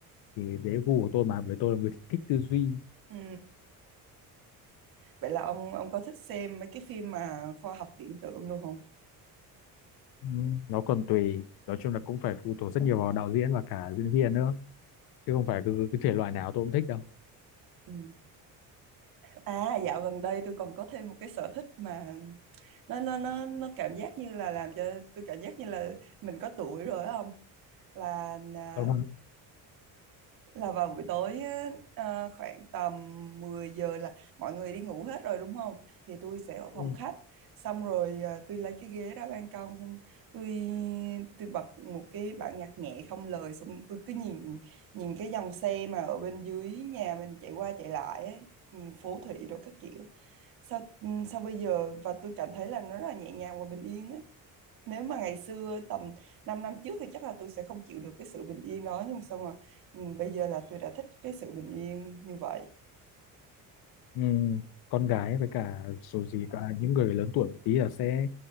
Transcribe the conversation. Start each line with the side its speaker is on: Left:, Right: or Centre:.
Left: thì đấy gu của tôi mà với tôi là người thích, thích tư duy
Right: ừ. vậy là ông ông có thích xem mấy cái phim mà khoa học viễn tưởng luôn không
Left: Ừ, nó còn tùy nói chung là cũng phải phụ thuộc rất nhiều vào đạo diễn và cả diễn viên nữa chứ không phải cứ cái thể loại nào tôi cũng thích đâu
Right: ừ. à dạo gần đây tôi còn có thêm một cái sở thích mà nó nó nó nó cảm giác như là làm cho tôi cảm giác như là mình có tuổi rồi á ông là à,
Left: còn
Right: là vào buổi tối á, à, khoảng tầm 10 giờ là mọi người đi ngủ hết rồi đúng không? Thì tôi sẽ ở
Left: ừ.
Right: phòng khách xong rồi à, tôi lấy cái ghế ra ban công xong tôi tôi bật một cái bản nhạc nhẹ không lời xong tôi cứ nhìn nhìn cái dòng xe mà ở bên dưới nhà mình chạy qua chạy lại ấy, nhìn phố thị đồ các kiểu. Sao ừ, sao bây giờ và tôi cảm thấy là nó rất là nhẹ nhàng và bình yên á nếu mà ngày xưa tầm 5 năm trước thì chắc là tôi sẽ không chịu được cái sự bình yên đó nhưng mà xong rồi ừ, bây giờ là tôi đã thích cái sự bình yên như vậy
Left: ừ, con gái với cả số gì cả những người lớn tuổi một tí là sẽ